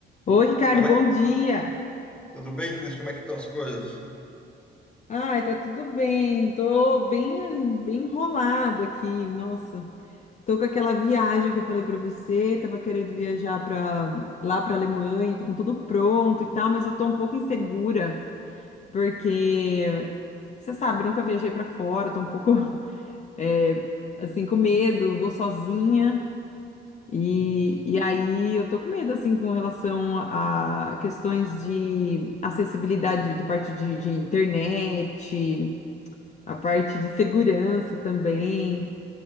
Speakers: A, on the left; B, in the centre.
A: Oi, Ricardo,
B: Fala,
A: bom dia.
B: tudo bem, Cris? Como é que estão as coisas?
A: Ai, tá tudo bem. Tô bem, bem enrolada aqui. Nossa, tô com aquela viagem que eu falei pra você. Tava querendo viajar para lá pra Alemanha. Tô com tudo pronto e tal, mas eu tô um pouco insegura porque você sabe, eu nunca viajei pra fora. Tô um pouco <laughs> é, assim com medo. Vou sozinha. E,
B: Uhum.
A: e aí eu tô com medo, assim, com relação a questões de acessibilidade da parte de, de internet, a parte de segurança também.